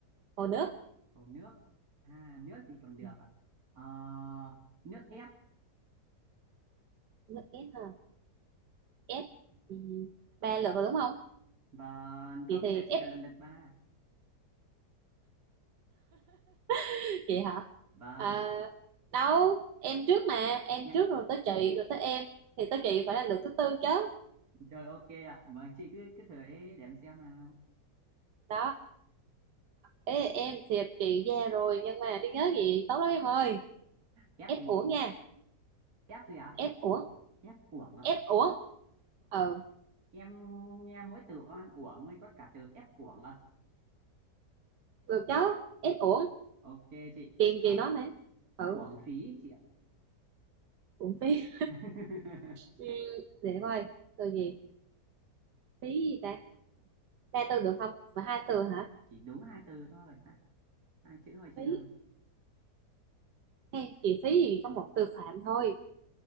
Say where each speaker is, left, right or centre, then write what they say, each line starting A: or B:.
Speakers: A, on the right (about 70°); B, on the right (about 55°).
A: Hồ nước
B: Cầu nước à nước thì còn được
A: Ừ,
B: à Ờ, nước ép
A: Nước ép ha Ép ừ, Ba lượt rồi đúng không
B: và
A: Chị
B: không đến
A: thì
B: là chị
A: ép
B: là lần lượt ba
A: <laughs> Chị hả
B: vâng
A: à, Đâu Em trước mà Em
B: nhé
A: trước rồi tới chị Rồi tới em Thì tới chị phải là lượt thứ tư chứ
B: rồi ok ạ vâng chị cứ cứ thử ấy để em xem nào
A: đó Ê, em thiệt chị ra rồi nhưng mà trí nhớ gì tốt lắm em ơi
B: ép
A: ép
B: gì
A: uổng
B: chị
A: nha
B: ép gì ạ
A: ép uổng
B: ép uổng à
A: ép uổng ờ
B: em nghe mỗi từ oan uổng mới có cả từ ép uổng à
A: được chứ ép uổng
B: ok chị
A: chuyện
B: Ờ,
A: gì đó mà ừ
B: uổng phí chị ạ
A: uổng phí
B: <laughs>
A: ừ, để coi từ gì phí gì ta ba từ được không mà hai từ hả
B: chỉ đúng hai từ thôi hai, hai chữ thôi chị
A: phí
B: ơi
A: hay chị phí gì có một từ phạm thôi